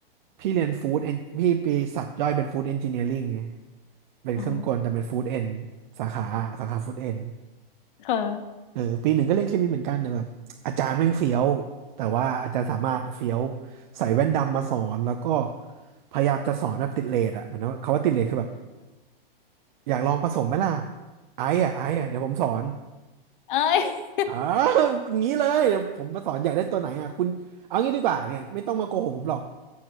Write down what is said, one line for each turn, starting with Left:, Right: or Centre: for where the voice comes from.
Right: พี่เรียนฟู้ดเอนพี่ปีสับย่อยเป็นฟู้ดเอนจิเนียริงไงเป็นเครื่องกลแต่เป็นฟู้ดเอน
Left: อ๋อ
Right: สาขาสาขาฟู้ดเอน
Left: ค่ะ
Right: เออปีหนึ่งก็เรียนเคมีเหมือนกันแต่แบบอาจารย์แม่งเฟี้ยวแต่ว่าอาจารย์สามารถเฟี้ยวใส่แว่นดำมาสอนแล้วก็พยายามจะสอนแบบติดเรทอะเหมือนว่าคำว่าติดเรทคือแบบอยากลองผสมไหมล่ะไอ้อะไอ้อะเดี๋ยวผมสอน
Left: <laughs> เอ้ <laughs> ย
Right: เอออย่างนี้เลยเดี๋ยวผมมาสอนใยญ่ได้ตัวไหนอ่ะคุณเอางี้ดีกว่าเนี่ยไม่ต้องมาโกหกผมหรอก